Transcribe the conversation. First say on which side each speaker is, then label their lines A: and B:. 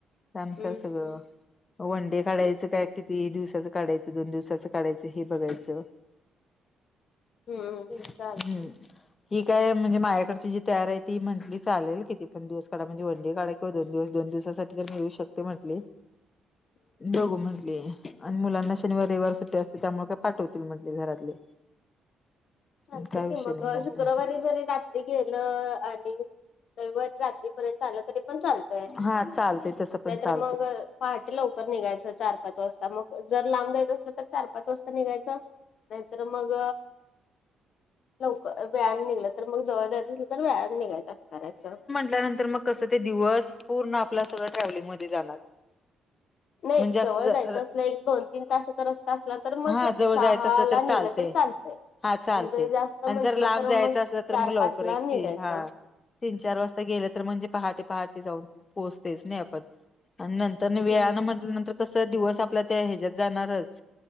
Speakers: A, on the left (about 30°); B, on the left (about 60°).
A: त्यांनचा
B: हम्म
A: सगळ वन डे काढायचं
B: हम्म
A: काय किती दिवसाचं काढायचं दोन दिवसाचं काढायचं हे बघायचं
B: हम्म
A: हम्म
B: चाल
A: ही काय म्हणजे माझ्याकडची जी तयार आहे ती म्हंटली चालेल किती पण दिवस काढा म्हणजे व डे काढेल दोन दिवस दोन दिवसासाठी तर मी येऊ शकते म्हटली
B: <unintelligible>
A: दघू म्हटले आणि मुलांना शनिवार रविवार सुट्टे असते त्यामुळे काय पाठवतील म्हटले घरातले
B: चालत
A: काय
B: की
A: विषय
B: मग
A: नाही म्हटले
B: शुक्रवारी जरी रात्री गेलं आणि रविवारी रात्री नय चालते तरी पण चालतय
A: हा चालते तसं पण
B: नाहीतर
A: चालते
B: मग पहाटे लवकर निघायचं चार पाच वाजता मग जर लांब जायच असलं तर चार पाच वाजता निघायचं नय तर मग लवकर व्यान निघलं तर मग जवळ दर तर व्यान निघायचं असं करायचं
A: नंतर मग कसं ते दिवस पूर्ण आप सगळं ट्रॅव्हलिंग मध्ये जाणार
B: <unintelligible> नय
A: म्हणजे असं
B: जवळ
A: ज
B: जायचं असलं एक दोन तीन तासाचा रस्ता असला तर मग
A: हा जवळ
B: सहा
A: जायचं असलं
B: ला
A: तर
B: निघलं
A: चालतय
B: तरी चालतंय
A: हा चालते
B: आणि जर जास्त म्हंटलं
A: आणि जर लांब
B: तर
A: जायचं
B: मग
A: असलं तर
B: चार
A: मग लवकर
B: पाच ला
A: एकती
B: निघायचं.
A: हा तीन चार वाजता गेले तर म्हणजे पहाटे पहाटे जाऊन पोहोचतेच नाही आपण नंतर वेळाानं
B: हम्म
A: म्हटल्या नंतर कस दिवस आपल्या त्या ह्याच्या्यात जाणारच